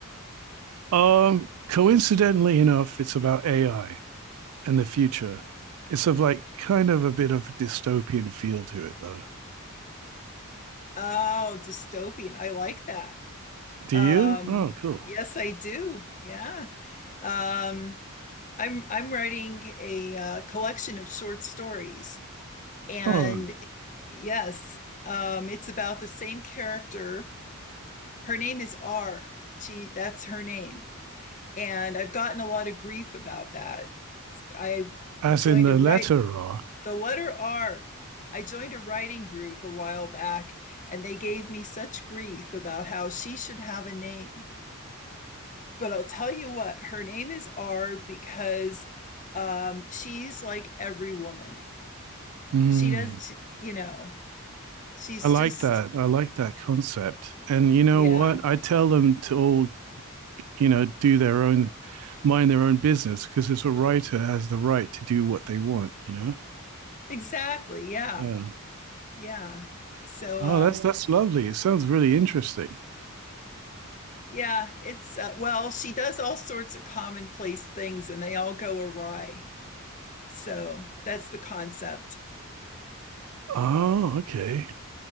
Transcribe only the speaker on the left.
Oh, dystopian. I like that.
Um,
yes, I do. Yeah. Um, I'm I'm writing a uh, collection of short stories, and
yes, um, it's about the same character. Her name is R. She that's her name, and I've gotten a lot of grief about that. I
joined
a write.
The letter R. I joined a writing group a while back, and they gave me such grief about how she should have a name. But I'll tell you what, her name is R because um, she's like every woman.
She does, she, you know, she's
just,
yeah,
exactly. Yeah,
yeah. So,
um,
yeah, it's, uh, well, she does all sorts of commonplace things and they all go awry. So that's the concept.